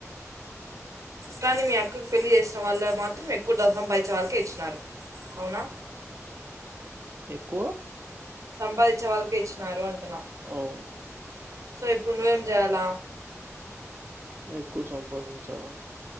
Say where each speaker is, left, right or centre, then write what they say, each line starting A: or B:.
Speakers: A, on the right; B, on the right.
A: కానీ మీ అక్కకు పెళ్ళి చేసిన వాళ్ళు మాత్రం ఎక్కువ డబ్బు సంపాదిచ్చే వాళ్కే ఇచ్చినారు అవునా
B: ఎక్కువ
A: సంపాదించే వాళ్ళకే ఇచ్చినారు అంటున్నా
B: అవును
A: సో ఇప్పుడు నువ్వేం జెయాల
B: ఎక్కువ సంపాదించాల